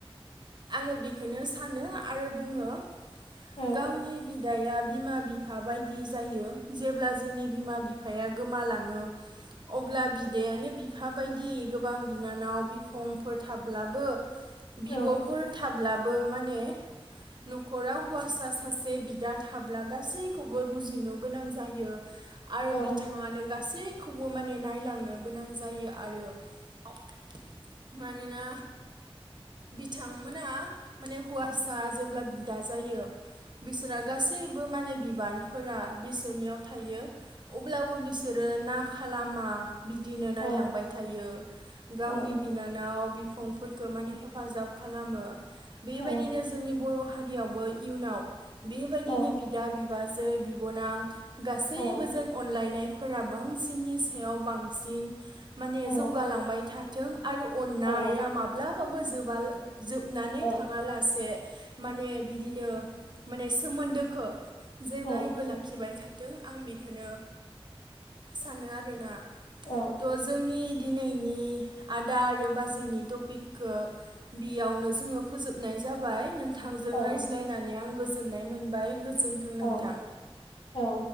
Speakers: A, on the right; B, on the left.
A: आङो बेखोनो सानो आरो बुङो।
B: औ
A: गावनि बि बिदाया बिमा बिफा बायदि जायो। जेब्ला जोंनि बिमा बिफाया ग गोमालाङो अब्ला
B: औ
A: बिदायानो बि बिफा बायदि गोबां। बिनानाव बिफंफोर थाब्लाबो
B: औ
A: बिबफोर थाब्लाबो माने न'खराव। हौवासा सासे बिदा थाब्ला गासैखौबो रुजुनो गोनां जायो। आरो बिथाङानो
B: औ
A: गा गासैखौबो माने नायलांनो गोनां जायो। आरो औ। मानोना बिथांमोना माने हौवासा जेब्ला बिदा जायो। बिसोरा गासैबो माने बि बिबानफोरा। बिसोरनियाव थायो अब्लाबो बिसोरो ना। खालामा बिदिनो नायलांबाय
B: औ
A: थायो। गावनि
B: औ औ
A: बिनानाव। बिफंफोरखौ माने हेफाजाब खालामो। बेबायदिनो
B: औ
A: जोंनि बर'। हारियावबो इयुनाव। बेबायदिनो
B: औ
A: बिदा बि बाजै बिबनां। गासैबो
B: औ
A: जेन अनलायनाय। फोरा बांसिननि सायाव बांसिन। माने
B: औ
A: जौगालांबाय था थों। आरो अन्नाया
B: औ
A: माब्ला। बो जोबा। जोबनानै
B: औ
A: थाङा लासे। माने बिदिनो। माने सोमोन्दोखो। जेब्लायबो
B: औ
A: लाखिबाय था दों आं बे खोनो सानो आरोना।
B: औ
A: त जोंनि दिनैनि आदा आरो बाजैनि टपिकखो बेयावनो जोङो फोजोब नाय जाबाय नों थांजों
B: औ
A: रायज्लायनानै आं गोजोननाय मोनबाय। गोजोनथों नोंथां।
B: औ औ